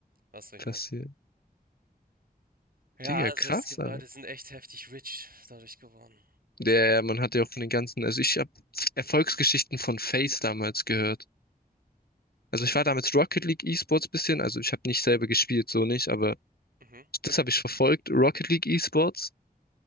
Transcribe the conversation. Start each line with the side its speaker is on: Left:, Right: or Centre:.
Right: was soll
Left: passiert.
Right: ich machen? Ja,
Left: Digga,
Right: also
Left: krass,
Right: es gibt
Left: aber.
Right: Leute, die sind echt heftig rich dadurch geworden.
Left: Der, man hat ja auch von den ganzen, also ich habe Erfolgsgeschichten von FaZe damals gehört. Also ich war damals Rocket League E-Sports bisschen, also ich habe nicht selber gespielt, so nicht, aber
Right: Mhm,
Left: Das habe ich verfolgt. Rocket League Esports.